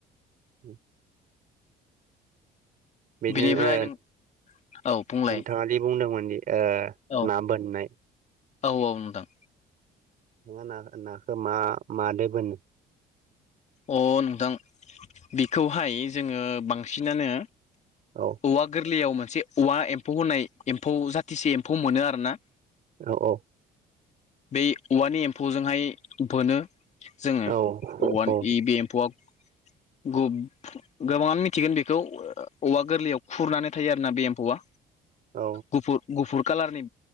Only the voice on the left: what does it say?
बिनिफ्राय
नों औ बुंलाय
औ
औ औ नोंथां
अ नोंतां बेखौहाय जोङो बांसिनानो
औवा गोरलैयाव मोनसे औवा एम्फौ होनाय एम्फौ जाथिसे एम्फौ मोनो आरोना
बै औवानि एम्फौजोंहाय बोनो जोङो
औवानि
इ बे एम्फौआ गुप गोबाङानो मिथिगोन बेखौ औवा गोरलैयाव खुरनानै थायो आरोना बे एम्फौआ
गुफुर गुफुर कालारनि